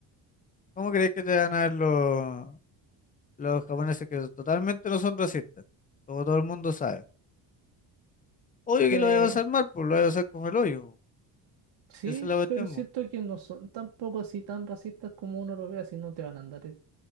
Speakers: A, on the left; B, on the right.
A: ¿Cómo crees que te van a ver los, los japoneses que totalmente no son racistas? Como todo el mundo sabe. Obvio que
B: Eh,
A: lo voy a pasar mal, pues lo voy a pasar como el hoyo.
B: sí,
A: Esa es la cuestión,
B: pero siento
A: po.
B: que no son tampoco así tan racistas como uno lo vea, si no te van a andar